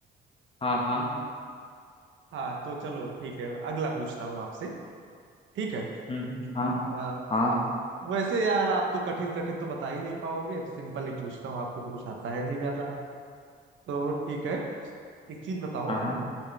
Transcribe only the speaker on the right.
हाँ तो चलो ठीक है अगला पूछता हूँ आपसे ठीक है
अ,
आप वैसे यार आप तो कठिन कठिन तो बता ही नहीं पाओगे सिंपल ही पूछता हूँ आपको तो कुछ आता है नहीं ज्यादा तो ठीक है एक चीज बताओ